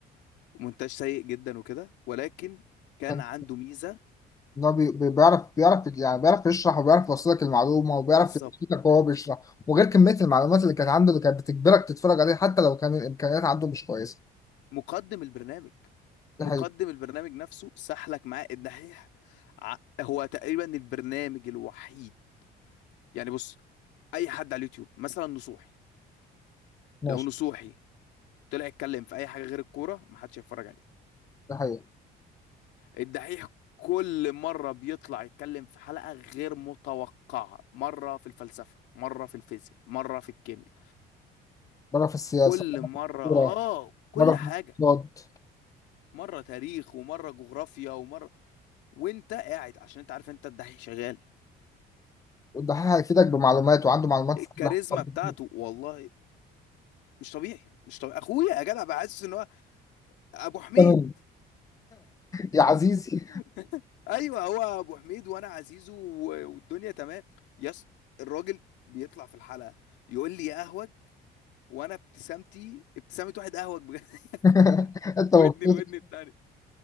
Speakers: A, on the left; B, on the left.
A: مونتاج سيء جدا وكده ولكن كان
B: كان
A: عنده ميزة
B: إن هو بي- بي- بيعرف بيعرف يعني بيعرف يشرح وبيعرف يوصلك المعلومة وبيعرف
A: بالظبط
B: يشرحك وهو بيشرح وغير كمية المعلومات اللي كانت عنده اللي كانت بتجبرك تتفرج عليه حتى لو كان الإمكانيات عنده مش كويسة
A: مقدم البرنامج
B: ده
A: مقدم
B: حقيقي
A: البرنامج نفسه سحلك معاه الدحيح ع- هو تقريبا البرنامج الوحيد يعني بص اي حد على اليوتيوب مثلا نصوحي
B: ماشي
A: لو نصوحي طلع يتكلم في اي حاجه غير الكوره محدش هيتفرج عليه
B: ده حقيقي
A: الدحيح كل مره بيطلع يتكلم في حلقه غير متوقعه مره في الفلسفه مره في الفيزياء مره في الكيمياء
B: مرة في السياسة
A: كل
B: مرة
A: مره
B: في الكورة
A: اه كل
B: مرة
A: حاجه
B: في الاقتصاد
A: مره تاريخ ومره جغرافيا ومره وانت قاعد عشان انت عارف انت الدحيح شغال
B: والدحيح هيفيدك بمعلومات وعنده معلومات
A: الكاريزما
B: في كل حاجة
A: بتاعته
B: <laughs>
A: والله مش طبيعي مش طبيعي اخويا يا جدع بحسس ان هو ابو حميد
B: تمام. يا عزيزي
A: <laughs> ايوه هو ابو حميد وانا عزيزه و- والدنيا تمام يس الراجل بيطلع في الحلقه يقول لي يا اهوج وانا ابتسامتي ابتسامه واحد اهوج بجد
B: <laughs>
A: <laughs>
B: انت مبسوط
A: ودني الودن التاني